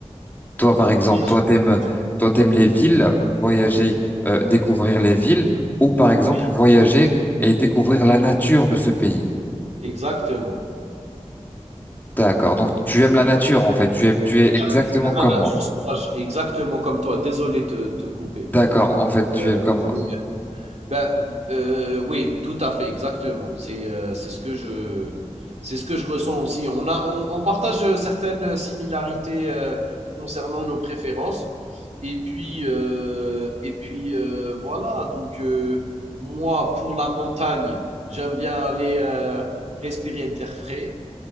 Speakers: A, on the left (about 15°); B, on the right (about 70°).
A: Toi, par exemple,
B: bien
A: toi
B: sûr,
A: t'aimes,
B: bien sûr.
A: toi t'aimes les villes, voyager, euh, découvrir les villes, ou par exemple
B: oui,
A: voyager et découvrir la nature de ce pays.
B: exactement.
A: D'accord. Donc tu aimes la nature en fait. Tu es tu es
B: J'aime
A: exactement comme
B: la nature
A: moi.
B: sauvage, exactement comme toi. Désolé de te, te couper.
A: D'accord. En fait, tu
B: Euh,
A: es comme
B: c'est-
A: moi.
B: ben, euh, oui, tout à fait, exactement. C'est euh, c'est ce que je c'est ce que je ressens aussi. On a on, on partage certaines similarités euh, concernant nos préférences. Et puis euh, et puis euh, voilà. Donc euh, moi, pour la montagne, j'aime bien aller euh, respirer de l'air frais